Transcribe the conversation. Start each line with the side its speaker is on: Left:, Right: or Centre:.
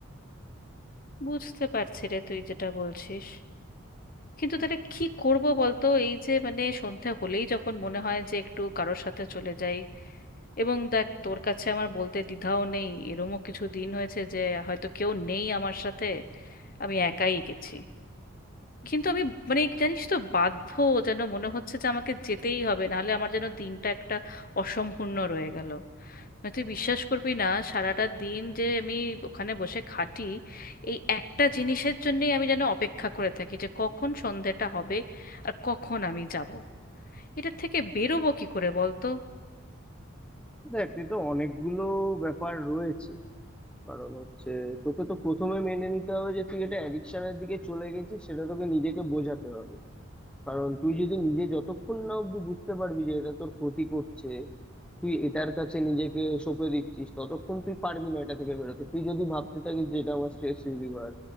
Left: বুঝতে পারছি রে তুই যেটা বলছিস কিন্তু তাহলে কি করব বলতো এই যে মানে সন্ধে হলেই যখন মনে হয় যে একটু কারোর সাথে চলে যাই এবং দেখ তোর কাছে আমার বলতে দ্বিধাও নেই এরমও কিছু দিন হয়েছে যে হয়তো কেউ নেই আমার সাথে আমি একাই গেছি কিন্তু আমি মানে জানিস তো বাধ্য যেন মনে হচ্ছে যে আমাকে যেতেই হবে নাহলে আমার যেন দিনটা একটা অসম্পূর্ণ রয়ে গেল মানে তুই বিশ্বাস করবি না সারাটা দিন যে আমি ওখানে বসে খাটি এই একটা জিনিসের জন্যই আমি যেন অপেক্ষা করে থাকি যে কখন সন্ধেটা হবে আর কখন আমি যাব এটার থেকে বেরোবো কি করে বলতো
Centre: দেখ তুই তো অনেকগুলো ব্যাপার রয়েছে কারণ হচ্ছে তোকে তো প্রথমে মেনে নিতে হবে যে তুই এটা অ্যাডিকশনের দিকে চলে গেছিস সেটা তোকে নিজেকে বোঝাতে হবে কারণ তুই যদি নিজে যতক্ষণ না অব্দি বুঝতে পারবি যে এটা তোর ক্ষতি করছে তুই এটার কাছে নিজেকে সঁপে দিচ্ছিস ততক্ষণ তুই পারবি না এটা থেকে বেরোতে তুই যদি ভাবতে থাকিস যে এটা আমার স্ট্রেস রিলিভার